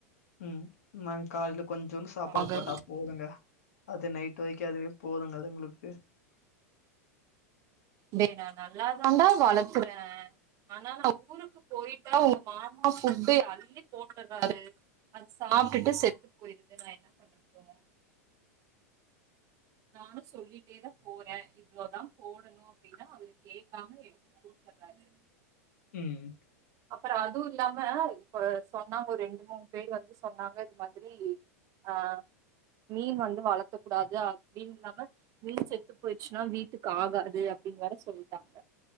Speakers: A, on the left; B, on the right.
A: ம் நாங் கால்ல கொஞ்சுன்டு சாப்பாடு
B: ஆக
A: போட்டா போதுங்க அது நைட் வரைக்கு அதுவே போதுங்க அதுங்களுக்கு
B: டே நா நல்லா தாண்டா வளக்குறே ஆனா நா ஊருக்கு போயி ங்க உங்க மாமா ஃபுட்டு அள்ளி போட்டறாரு அது சாப்பிட்டுட்டு செத்து போயிருது நா என்ன பண்ணட்டோ நானு சொல்லிட்டேதா போறே இவ்ளோதா போடணு அப்பிடின்னா அவரு கேக்காம எடுத்து போட்டர்றாரு
A: ம்
B: ப்பற அதுவு இல்லாம இப்ப சொன்னா ஒரு ரெண்டு மூணு பேர் வந்து சொன்னாங்க இது மாரி ஆ மீன் வந்து வளத்தக் கூடாது ப்பிடின் இல்லாம மீன் செத்து போயிர்ச்சின்னா வீட்க்கு ஆகாது அப்பிடின் வேற சொல்லிட்டாங்க